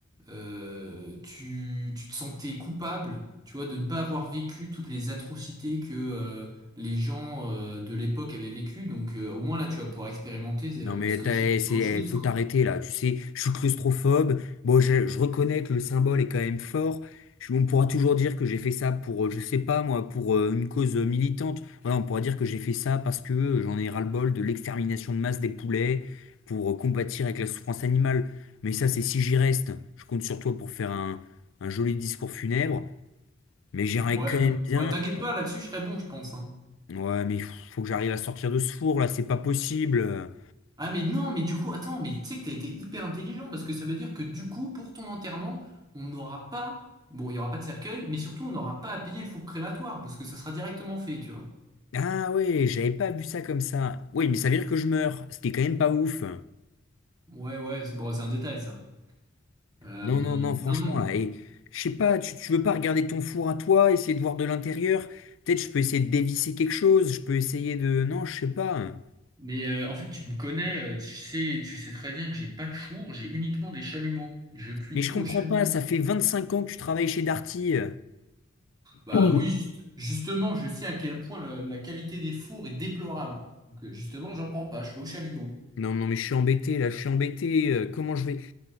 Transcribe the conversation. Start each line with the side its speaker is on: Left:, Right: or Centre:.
Right: euh, tu, tu te sentais coupable, tu vois, de ne pas avoir vécu toutes les atrocités que euh, les gens euh, de l'époque avaient vécues. Donc, euh, au moins, là, tu vas pouvoir expérimenter
Left: Non
Right: euh,
Left: mais
Right: ce que
Left: t'as-
Right: c'est d'être
Left: c'est,
Right: à Auschwitz,
Left: faut
Right: quoi.
Left: t'arrêter là, tu sais, je suis claustrophobe, bon je, je reconnais que le symbole est quand même fort, Je- on pourra toujours dire que j'ai fait ça pour, euh, je sais pas moi, pour euh, une cause euh, militante, voilà, on pourra dire que j'ai fait ça parce que euh, j'en ai ras-le-bol de l'extermination de masse des poulets, pour euh, combattre avec la souffrance animale, mais ça c'est si j'y reste, je compte sur toi pour faire un, un joli discours funèbre, mais j'aimerais
Right: Ouais,
Left: quand
Right: ouais.
Left: même bien,
Right: Bah, t'inquiète pas, là-dessus, je serais bon, je pense, hein.
Left: ouais mais faut que j'arrive à sortir de ce four là, c'est pas possible.
Right: Ah mais non, mais du coup, attends, mais tu sais que t'as été hyper intelligent parce que ça veut dire que du coup, pour ton enterrement, on n'aura pas, bon, il y aura pas de cercueil, mais surtout, on n'aura pas à payer le four crématoire parce que ça sera directement fait, tu vois.
Left: Ah ouais, j'avais pas vu ça comme ça. Oui, mais ça veut dire que je meurs, ce qui est quand même pas ouf.
Right: Ouais, ouais, c'est bon, c'est un détail ça. Euh,
Left: Non, non, non, franchement,
Right: non, non,
Left: là, et, je sais pas, tu, tu veux pas regarder ton four à toi, essayer de voir de l'intérieur? Peut-être je peux essayer de dévisser quelque chose, je peux essayer de... Non, je sais pas.
Right: Mais euh, en fait, tu me connais, euh, tu sais, tu sais très bien que j'ai pas de four, j'ai uniquement des chalumeaux. Je cuis
Left: Mais
Right: tout
Left: je comprends
Right: au chalumeau.
Left: pas, ça fait 25 ans que tu travailles chez Darty.
Right: bah
Left: Oui.
Right: oui, juste- justement, je sais à quel point la, la qualité des fours est déplorable. Donc euh, justement, j'en prends pas, je fais au chalumeau.
Left: Non, non, mais je suis embêté, là, je suis embêté. euh, comment je vais...